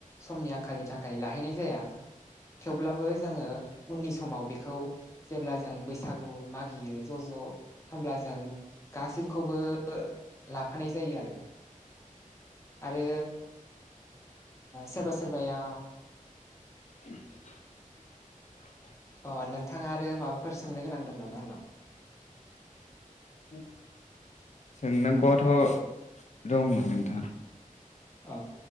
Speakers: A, on the left; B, on the left.
A: समनि आंखालनि थाखाय लाहैनाय जाया थेवब्लाबो जोङो उननि समाव बेखौ जेब्ला जों बैसागु मागियो ज' ज' होनोमब्ला जों गाैखौबो लाफानाय जायो आरो। आरो सोरबा सोरबाया।
B: <inaudible>
A: अ नोंथाङा आरो माबाफोर सोंनो गोनां दं नामा आंनाव
B: औ। सोंनांगौआथ' दंमोन नोंथाङां
A: अ